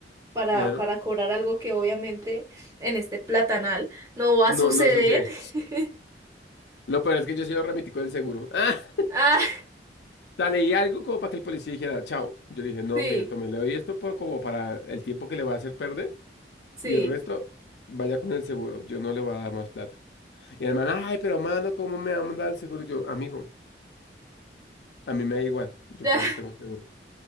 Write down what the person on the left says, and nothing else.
Ajá.
No,
no sucede.
Lo peor es que yo sí lo remití con el seguro. <laughs>
Ah, o sea, leí algo como para que el policía dijera, chao. Yo le dije, no,
mire, tome, le doy esto por, como para el tiempo que le voy a hacer perder.
Y el resto, vaya con el seguro. Yo no le voy a dar más plata. Y el man, ay, pero mano, ¿cómo me va a mandar el seguro? Yo, amigo, a mí me da igual. Yo
para eso tengo seguro.